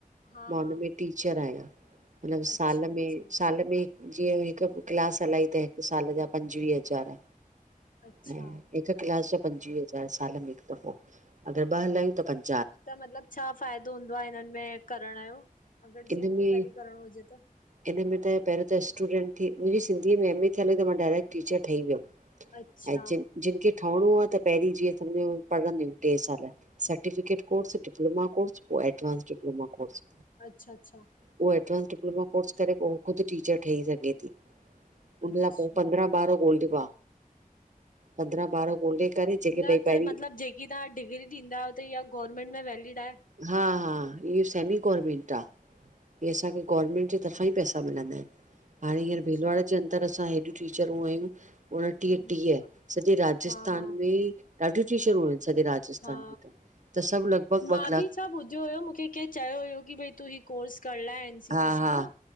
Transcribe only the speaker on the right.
मां
हुनमें टीचर आहियां, मतलब साल
में,
साल में जीअं हिक क्लास हलाई त हिक साल जा पंजवीह हज़ार,
ऐं हिक क्लास जा पंजवीह हज़ार साल में हिक दफ़ो, अगर ॿ हलायूं त प
इन
में
इन में त पहिरियों त स्टूडेंट थी, मुंहिंजी सिंधीअ में एम ए थियल हुई त मां डायरेक्ट टीचर ठही वियम।
ऐं जिन जिन खे ठ‌ओणो आ त पहिरीं जीअं, सम्झो पढ़ंदियूं ट्रे साल। सर्टिफिकेट कोर्स, डिप्लोमा कोर्स पो एडवांस डिप्लोमा कोर्स।
उहो एडवांस डिप्लोमा कोर्स करे पो ख़ुद टीचर ठही सघे थी। उन
लाए पो पंद्रां ॿार ॻोल्हिॿा, पंद्रां ॿार ॻोल्हे करे जेके
भई पहिरीं
हा हा, इहो सेमी गवर्नमेंट आ। इहे असांखे गवर्नमेंट जे तर्फ़ां ई पैसा मिलंदा आहिन। हाणे हींअर
भीलवाड़े जे अंदर असां हेॾियूं टीचरूं आयूं उणट्रीह,
ट्रीह, सॼे राजस्थान
में ॾाढियूं टीचरूं आइन सॼे राज स्थान
में त, त सब लगभग भग
हा
हा